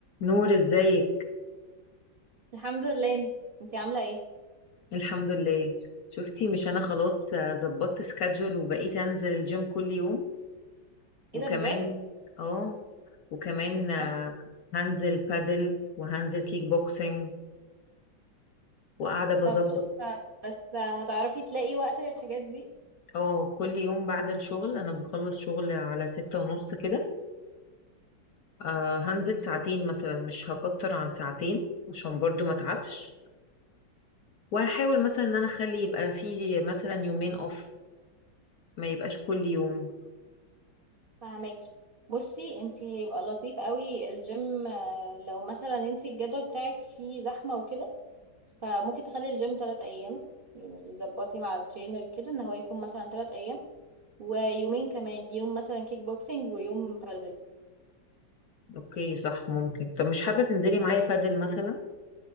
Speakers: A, on the left; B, on the right.
A: نور ازيك
B: الحمد لله انت- انتي عاملة ايه؟
A: الحمد لله شفتي مش انا خلاص آه، ظبطت سكادجول وبقيت انزل الجيم كل يوم وكمان
B: ايه ده بجد؟
A: اه وكمان
B: طب
A: آه،
B: تحفة
A: هنزل بادل وهنزل كيك بوكسينج وقاعدة بظبط
B: طب تحفة بس هتعرفي تلاقي وقت للحاجات دي
A: اه كل يوم بعد الشغل انا بخلص شغل على ستة ونص كده آه هنزل ساعتين مثلا مش هكتر عن ساعتين عشان برضو ما اتعبش وهحاول مثلا ان انا اخلي يبقى فيه مثلا يومين اوف ما يبقاش كل يوم
B: فهماكي بصي انتي هيبقى لطيف قوي الجيم آه، لو مثلا انتي الجدول بتاعك فيه زحمة وكده فممكن تخلي الجيم تلات ايام يعني يظبطي مع الترينر كده ان هو يكون مثلا تلات ايام ويومين كمان يوم مثلا كيك بوكسينج ويوم بادل
A: اوكي صح ممكن طب مش حابة تنزلي معايا بادل مثلا